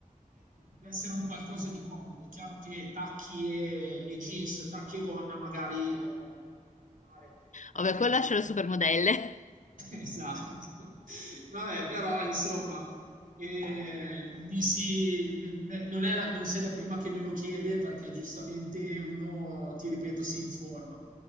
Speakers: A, on the right (about 70°); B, on the left (about 60°).
A: eh, eh, deve essere un qualcosa di comodo. È chiaro che tacchi e, e jeans, tacchi e gonna magari eh, è da evitare perché
B: Vabbè, quello
A: <laughs> comunque...
B: lascio alle supermodelle.
A: Esatto. Vabbè, però insomma, eh, mi si, me- me- non è la- non sei la prima che me lo chiede perché giustamente uno, ti ripeto, si informa.